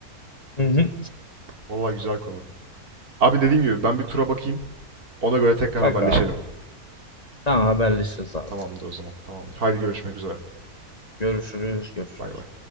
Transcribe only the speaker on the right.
Vallahi güzel konu. Abi dediğim gibi ben bir tura bakayım. Ona göre tekrar
haberleşelim.
Tamamdır o zaman. Tamamdır. Haydi görüşmek üzere.
Bay bay.